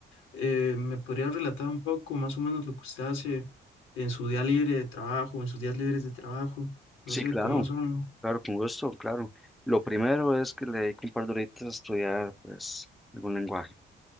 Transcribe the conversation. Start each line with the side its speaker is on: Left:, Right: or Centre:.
Left: eh, ¿me podría relatar un poco más o menos lo que usted hace en su día libre de trabajo, en sus días libres de trabajo? No
Centre: Sí,
Left: sé
Centre: claro,
Left: cómo son.
Centre: claro, con gusto, claro. Lo primero es que le dedico un par de horitas a estudiar pues algún lenguaje.